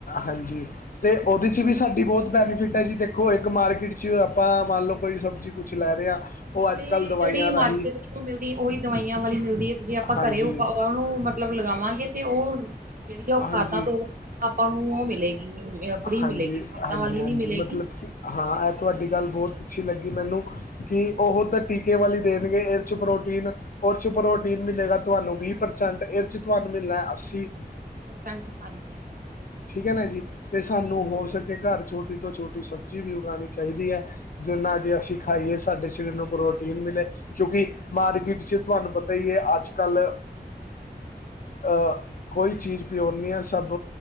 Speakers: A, on the left; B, on the right.
A: ਹਾਂਜੀ। ਤੇ ਉਹਦੇ 'ਚ' ਵੀ ਸਾਡੀ ਬਹੁਤ ਬੈਨੀਫਿਟ ਹੈ ਜੀ ਦੇਖੋ ਇੱਕ ਮਾਰਕੀਟ 'ਚ' ਆਪਾਂ ਮੰਨ ਲਓ ਕੋਈ ਸਬਜ਼ੀ ਕੁਛ ਲੈ ਰਹੇ ਆ, ਉਹ
B: ਨਾਲੇ
A: ਅੱਜ-ਕੱਲ੍ਹ ਦਵਾਈਆਂ
B: ਜਿਹੜੀ
A: ਰਾਹੀਂ
B: ਮਾਰਕੀਟ ਚੋਂ ਮਿਲਦੀ ਉਹੀ ਦਵਾਈਆਂ ਵਾਲੀ ਮਿਲਦੀ ਹੈ ਤੇ ਜੇ ਆਪਾਂ
A: ਹਾਂਜੀ
B: ਘਰੇ ਉਪ ਉਹਨੂੰ ਮਤਲਬ ਲਗਾਵਾਂਗੇ ਤੇ ਉਹ ਜਿਹੜੀ ਆ ਉਹ
A: ਹਾਂਜੀ
B: ਖਾਦਾਂ ਤੋਂ ਆਪਾਂ ਨੂੰ ਉਹ ਮਿਲੇਗੀ, ਫ੍ਰੀ
A: ਹਾਂਜੀ
B: ਮਿਲੇਗੀ ਖਾਦਾ
A: ਹਾਂਜੀ
B: ਵਾਲੀ
A: ਹਾਂਜੀ
B: ਨਹੀਂ ਮਿਲੇਗੀ।
A: ਮਤਲਬ ਕਿ ਹਾਂ, ਇਹ ਤੁਹਾਡੀ ਗੱਲ ਬਹੁਤ ਅੱਛੀ ਲੱਗੀ ਮੈਨੂੰ। ਕਿ ਉਹ ਤਾਂ ਟੀਕੇ ਵਾਲੀ ਦੇਣਗੇ ਇਹਦੇ 'ਚ' ਪ੍ਰੋਟੀਨ ਉਹਦੇ 'ਚ' ਪ੍ਰੋਟੀਨ ਮਿਲੇਗਾ ਤੁਹਾਨੂੰ ਵੀਹ ਪ੍ਰਸੈਂਟ ਇਹਦੇ 'ਚ' ਤੁਹਾਨੂੰ ਮਿਲਣਾ ਅੱਸੀ
B: ਅੱਸੀ ਪ੍ਰਸੈਂਟ, ਹਾਂਜੀ।
A: ਠੀਕ ਹੈ ਨਾ
B: ਬਿਲਕੁਲ
A: ਜੀ, ਤੇ ਸਾਨੂੰ
B: ਬਹੁਤ
A: ਹੋ
B: ਫ਼ਰਕ
A: ਸਕੇ ਘਰ ਛੋਟੀ ਤੋਂ ਛੋਟੀ ਸਬਜ਼ੀ ਵੀ ਉਗਾਣੀ ਚਾਹੀਦੀ ਐ, ਜਿੰਨਾ ਜੇ ਅਸੀਂ ਖਾਈਏ ਸਾਡੇ ਸਰੀਰ ਨੂੰ ਪ੍ਰੋਟੀਨ ਮਿਲੇ ਕਿਉਂਕਿ ਮਾਰਕੀਟ 'ਚ' ਤੁਹਾਨੂੰ ਪਤਾ ਹੀ ਐ, ਅੱਜ-ਕੱਲ੍ਹ, ਅਹ ਕੋਈ ਚੀਜ਼ ਪਿਓਨੀਆਂ ਸਭ